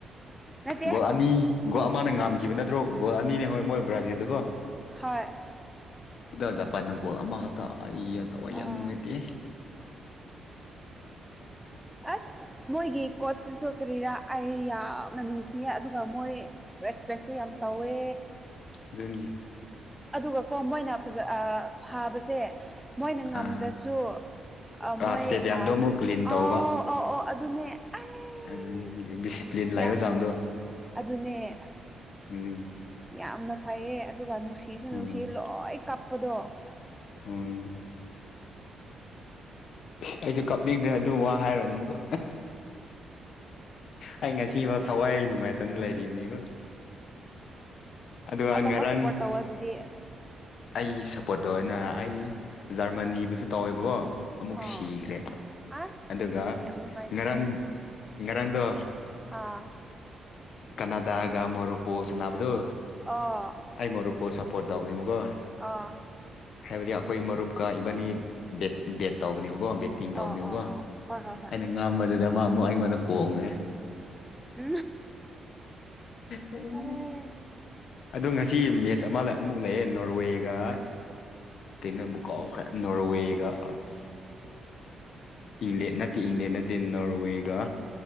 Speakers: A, in the centre; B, on the left.
A: ꯅꯠꯇꯦ
B: ꯒꯣꯜ ꯑꯅꯤ ꯒꯣꯜ ꯑꯃꯅ ꯉꯥꯝꯈꯤꯕ ꯅꯠꯇ꯭ꯔꯣ ꯒꯣꯜ ꯑꯅꯤꯅꯦ ꯍꯣꯏ ꯃꯣꯏ ꯕ꯭ꯔꯥꯖꯤꯜꯗꯒꯣ
A: ꯍꯣꯏ
B: ꯑꯗ ꯖꯄꯥꯟꯗ ꯒꯣꯜ ꯑꯃ ꯍꯛꯇ ꯑꯩꯩꯅ ꯇꯋꯥꯏ
A: ꯑꯥ
B: ꯌꯥꯝ ꯅꯨꯡꯉꯥꯏꯇꯦ
A: ꯑꯁ ꯃꯣꯏꯒꯤ ꯀꯣꯠꯁꯤꯁꯨ ꯀꯔꯤꯔꯥ ꯑꯩ ꯌꯥꯝꯅ ꯅꯨꯡꯁꯤꯌꯦ ꯑꯗꯨꯒ ꯃꯣꯏ ꯔꯦꯁꯄꯦꯛꯁꯨ ꯌꯥꯝ ꯇꯧꯋꯦ
B: ꯑꯗꯨꯅꯤ
A: ꯑꯗꯨꯒ ꯀꯣ ꯃꯣꯏꯅ ꯐꯖ ꯐꯥꯕꯁꯦ ꯃꯣꯏꯅ ꯉꯝꯗ꯭ꯔꯁꯨ
B: ꯑꯥ ꯏꯁꯇꯦꯗꯤꯌꯝꯗꯣ
A: ꯃꯣꯏ ꯑꯁ
B: ꯑꯃꯨꯛ ꯀ꯭ꯂꯤꯟ ꯇꯧꯕ
A: ꯑꯥꯎ ꯑꯥꯎ ꯑꯧ ꯑꯗꯨꯅꯦ ꯑꯩ
B: ꯑꯗꯨ ꯗꯤꯁꯤꯄ꯭ꯂꯤꯟ
A: ꯌꯥꯝꯅ
B: ꯂꯥꯛꯕ ꯆꯥꯡꯗꯣ
A: ꯑꯗꯨꯅꯦ ꯑꯁ
B: ꯎ
A: ꯌꯥꯝꯅ ꯐꯩꯌꯦ ꯑꯗꯨꯒ ꯅꯨꯡꯁꯤꯁꯨ ꯅꯨꯡꯁꯤ
B: ꯎꯝ
A: ꯂꯣꯏ ꯀꯥꯞꯄꯗꯣ
B: ꯍꯣꯏ ꯑꯩꯁꯨꯦ ꯀꯥꯞꯅꯤꯡꯗ꯭ꯔꯦ ꯑꯗꯨ ꯋꯥ ꯍꯥꯏꯔꯣ ꯑꯗꯨ ꯑꯃꯀ ꯑꯩ ꯉꯁꯤꯐꯥꯎ ꯊꯋꯥꯏ ꯅꯨꯡꯉꯥꯏꯇꯅ ꯂꯩꯔꯤꯕꯅꯤꯀꯣ ꯑꯗꯨꯒ
A: ꯑ ꯊꯣꯄꯁꯨ
B: ꯉꯔꯥꯡ
A: ꯄ ꯍ ꯑꯗꯨꯗꯤ
B: ꯑꯩ ꯁꯞꯄꯣꯔꯠ ꯇꯧꯦꯅ ꯑꯩ ꯖꯔꯃꯅꯤꯕꯨꯁꯨ ꯇꯧꯋꯦꯕꯀꯣ ꯑꯃꯨꯛ
A: ꯑꯥ
B: ꯁꯤꯈ꯭ꯔꯦ
A: ꯑꯁ
B: ꯑꯗꯨꯒ
A: ꯌꯥꯝ ꯅꯨꯡꯉꯥꯏꯇꯦꯍꯦ
B: ꯉꯔꯥꯡ ꯉꯔꯥꯡꯗꯣ
A: ꯑꯥ
B: ꯀꯅꯥꯗꯒ ꯃꯣꯣꯔꯣ ꯀꯣꯁꯅꯥꯕꯗꯨ
A: ꯑꯥ
B: ꯑꯥꯏꯃꯔ ꯀꯧꯕ ꯁꯄꯣꯣꯔꯠꯗꯗꯥꯎꯗꯤꯕꯨꯒꯣ
A: ꯑꯥ
B: ꯍꯥꯏꯕꯗꯤ ꯑꯩꯈꯣꯏ ꯃꯔꯨꯞꯀ ꯏꯕꯟꯅꯤꯠ ꯕꯦꯠ ꯇꯧꯕꯅꯦꯕꯀꯣ ꯇꯤꯡꯊꯧꯧꯕꯅꯦꯕꯀꯣ
A: ꯑꯣ ꯑꯣ ꯑꯣ ꯍꯣꯏ ꯍꯣꯏ ꯍꯣꯏ
B: ꯑꯩꯅ ꯉꯝꯕꯗꯨꯗ ꯑꯃ ꯑꯃꯨꯛ ꯑꯩꯉꯣꯟꯗ ꯀꯣꯡꯈ꯭ꯔꯦ
A: ꯎ
B: ꯎ
A: ꯎꯝ ꯑꯦ
B: ꯑꯗꯣ ꯉꯁꯤ ꯃꯦꯠꯆ ꯑꯃ ꯑꯃꯨꯛ ꯂꯩꯑꯦ ꯅꯣꯔꯋꯦꯒ ꯀꯩꯅꯣ ꯑꯃꯨꯛ ꯀꯥꯎꯈ꯭ꯔꯦ ꯅꯣꯔꯋꯦꯒ ꯑꯁ ꯏꯪꯂꯦꯟ ꯅꯠꯇꯦ ꯏꯪꯂꯦꯟ ꯅꯠꯇꯦ ꯅꯣꯔꯋꯦꯒ